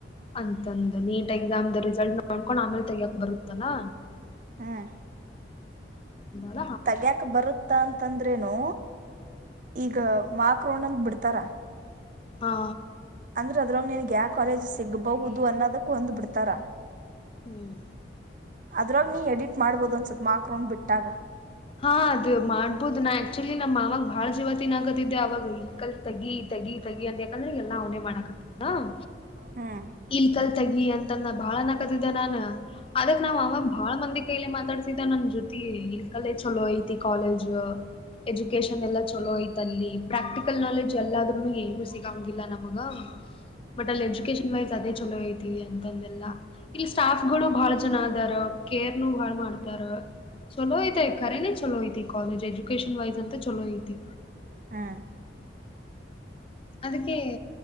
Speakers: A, on the left; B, on the right.
A: ಅಂತಂದು ನೀಟ್ ಎಕ್ಸಾಮ್ ದ ರಿಸಲ್ಟ್ ನೋಡ್ಕೊಂಡ್ ಆಮೇಲೆ ತೆಗಕ್ ಬರುತ್ತಲಾ
B: ಹ್ಮ್
A: ನ
B: ತಗ್ಯಾಕ್ ಬರುತ್ತ ಅಂತಂದ್ರೇನು ಈಗ ಮಾಕ್ ಕೋಣಂದ ಬಿಡ್ತಾರಾ
A: ಹಾ
B: ಅಂದ್ರ ಅದ್ರೊಗ್ಗೆ ನನ್ಗ್ ಯಾವ ಕಾಲೇಜ್ ಸಿಗ್ಬಹುದು ಅನ್ನೋದಕ್ ಹೊಂದ್ ಬಿಡ್ತಾರ
A: ಹ್ಮ್
B: ಅದ್ರಾಗ ನೀ ಎಡಿಟ್ ಮಾಡ್ಬೋದು ಅನ್ಸತ್ ಮಾರ್ಕ್ರೌಂಡ್ ಬಿಟ್ಟಾಗ
A: ಹಾ ಅದ್ ಮಾಡ್ಬೋದು ನಾ ಆಕ್ಚುಲಿ ನಮ್ಮ ಮಾವಾಗ ಬಾಳ್ ಜೀವತಿನ ಆಗತ್ತ ಅವಾಗ ವೆಹಿಕಲ್ ತಗಿ ತಗಿ ತಗಿ ಅಂತ ಯಾಕಂದ್ರೆ ಎಲ್ಲ ಅವನೇ ಮಾಡಾಕತ್ತ ಹ
B: ಹ್ಮ್
A: ಇಲ್ ಕಲ್ ತಗಿ ಅಂತನ್ ಬಾಳ ನಕತಿದ್ದೆ ನಾನ್ ಅದಕ್ ನಾವ್ ಅವಾಗ ಬಾಳ ಮಂದಿ ಕೈಯಲಿ ಮಾತಾಡ್ಸಿದ ನನ್ ಜೊತೆ ಇಲ್ ಕಲ್ಲೇ ಚಲೋ ಐತಿ ಕಾಲೇಜ್ ಎಜುಕೇಶನ್ ಎಲ್ಲಾ ಚಲೋ ಐ್ತ ಅಲ್ಲಿ ಪ್ರಾಕ್ಟಿಕಲ್ ನಾಲೆಜ್ ಎಲ್ಲಾದ್ರೂ ಏಗೂ ಸಿಗಂಗಿಲ್ಲ ನಮಗ ಬಟ್ ಅಲ್ಲಿ ಎಜುಕೇಶನ್ ವೈಸ್ ಅದೇ ಚಲೋ ಐತ ಅಂತಂದೆಲ್ಲಾ ಇಲ್ಲಿ ಸ್ಟಾಫ್ ಗಳು ಬಹಳ ಜನ ಚಾರ ಕೇರ್ನು ಬಾಳ ಮಾಡ್ತಾರ ಚಲೋ ಐತೆ ಕರೆನೇ ಚಲೋ ಐತ ಕಾಲೇಜ್ ಎಜುಕಷನ್ ವೈಸ್ ಅಂತ ಚಲೋ ಐತಿ
B: ಹಾ
A: ಅದಕ್ಕೆ